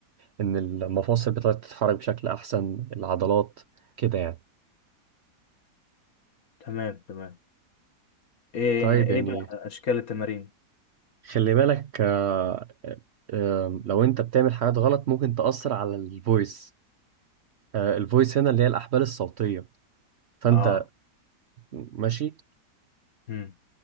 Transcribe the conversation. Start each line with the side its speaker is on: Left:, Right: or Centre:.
Right: إن المفاصل بتاعتك تتحرك بشكل أحسن العضلات كده يعني
Left: تمام تمام ايه
Right: طيب
Left: ايه
Right: يعني
Left: بقى اشكال التمارين
Right: خلي بالك آه، آه، لو أنت بتعمل حاجات غلط ممكن تأثر على الفويس آه، الفويس هنا اللي هي الأحبال الصوتية فأنت
Left: اه
Right: ماشي
Left: مم.